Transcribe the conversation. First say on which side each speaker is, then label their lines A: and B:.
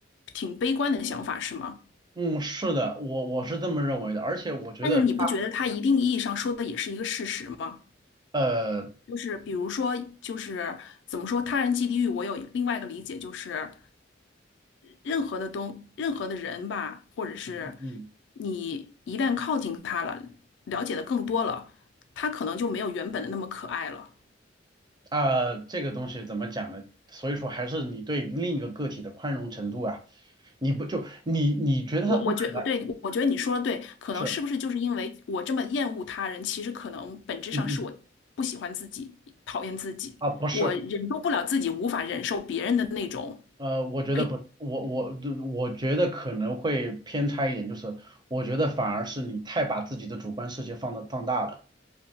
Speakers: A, on the left; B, on the right.
A: 挺悲观的想法，是吗？
B: 嗯，是的，我我是这么认为的，而且我觉得他
A: 但是你不觉得他一定意义上说的也是一个事实吗？
B: 呃嗯
A: 就是比如说，就是怎么说，他人即地狱，我有另外一个理解，就是任何的东，任何的人吧，或者是
B: 嗯。嗯
A: 你一旦靠近他了，了解的更多了，他可能就没有原本的那么可爱了。
B: 啊、这个东西怎么讲呢？所以说还是你对另一个个体的宽容程度啊，你不就你你觉得他不可能
A: 我我觉得对，我觉得你说的对，可能是不是就是因为我这么厌恶他人，
B: 是，
A: 其实可能本质上是我不喜欢自己，
B: 嗯嗯
A: 讨厌自己，
B: 啊不是，
A: 我忍受不了自己，无法忍受别人的那种
B: 呃，我觉得不，
A: 被，
B: 我我我觉得可能会偏差一点，就是我觉得反而是你太把自己的主观世界放的放大了，